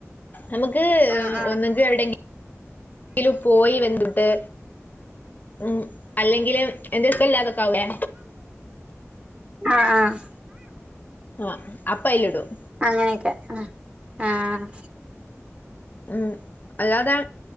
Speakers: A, on the left; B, on the right.
A: നമക്ക്
B: ആ ആ
A: ഒന്നെങ്കി എവിടെ ങ്കിലും പോയി വെന്തുട്ട് ഉം അല്ലെങ്കില് എന്തെ <unintelligible> അതൊക്കൊവുലേ
B: ആഹ് ആഹ്
A: ആഹ് അപ്പ അയില്ടും.
B: അങ്ങനെയൊക്കെ അഹ് ആഹ്
A: ഉം അല്ലാതെ